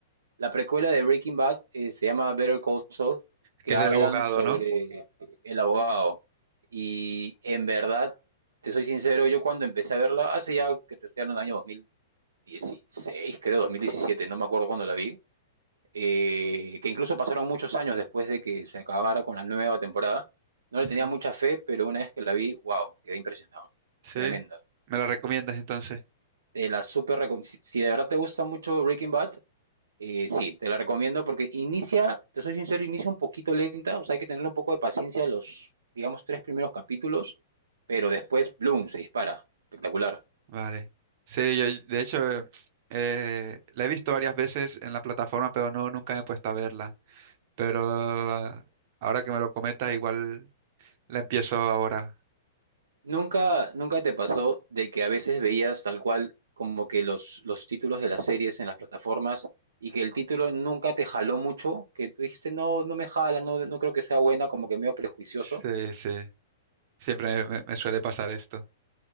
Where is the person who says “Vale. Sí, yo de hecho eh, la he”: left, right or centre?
Right